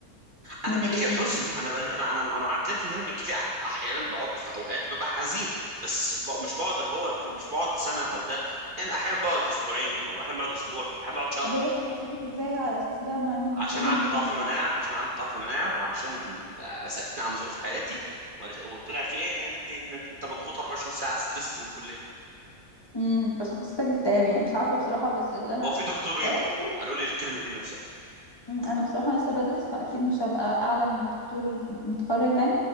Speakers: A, on the right; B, on the left.
A: انا
B: من
A: بيجي
B: ال
A: لي حزن انا بقى انا انا انا معترف ان انا بيجي لي أح احيانا بقعد في اوقات ببقى حزين بس ب... مش بقعد اللي هو مش بقعد سنه او ده يعني احيانا بقعد اسبوعين احيانا بقعد اسبوع احيانا بقعد شهر
B: طب هي شخصيتك ازاي على اساس ده مع ان المفروض
A: عشان عندي
B: ان ال...
A: ضعف مناعه عشان عندي ضعف مناعه وعشان سالتني عن ظروف حياتي وقالت- وطلع في ايه انا قالت لي انك انت مضغوط 24 ساعه ستريسد من الكليه
B: امم فشخصيتك اكتئاب يعني مش عارفة بصراحة بس اللي انا
A: هو في دكتورين
B: درسته
A: قالوا لي الكلمه دي نفسها
B: مم، انا بصراحه لسه بدرس فاكيد مش هبقى اعلم من دكتور متخرج يعني